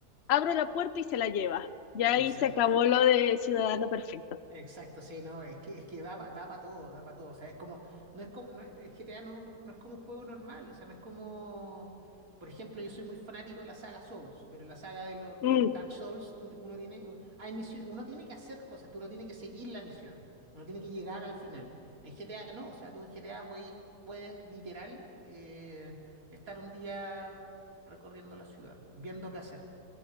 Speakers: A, on the left; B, on the right.
A: abro la puerta y se la lleva. Ya
B: exacto.
A: ahí se acabó lo de ciudadano perfecto.
B: Exacto, sí, no, es que, es que da, pa- da para todo, da para todo. O sea, es como, no es como, no es- el GTA no, no es como un juego normal, o sea, no es como, por ejemplo, yo soy muy fanático de la saga Souls, pero en la saga de los,
A: Mm,
B: en Dark Souls, tú- uno tiene, hay misión, uno tiene que hacer cosas, tú no tienes que seguir la misión, uno tiene que llegar al final. En GTA no, o sea, tú en GTA puedes, puedes literal eh, estar un día recorriendo la ciudad, viendo qué hacer